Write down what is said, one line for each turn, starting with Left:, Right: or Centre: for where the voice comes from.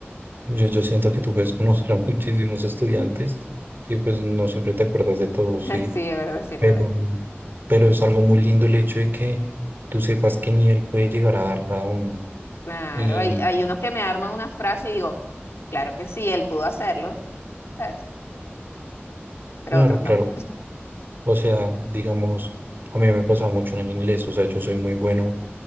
Right: yo, yo siento que tú puedes conocer a muchísimos estudiantes y pues no siempre te acuerdas de todos,
Left: <laughs>
Right: ¿sí?
Left: Sí, es verdad, es cierto.
Right: Pero,
Left: es verdad.
Right: pero es algo muy lindo el hecho de que tú sepas qué nivel puede llegar a dar cada uno.
Left: Claro,
Right: Y
Left: hay, hay unos que me arman una frase y digo, claro que sí, él pudo hacerlo, ¿sabes? Pero
Right: claro,
Left: otros
Right: claro.
Left: no.
Right: O sea, digamos, a mí me pasa mucho en el inglés, o sea, yo soy muy bueno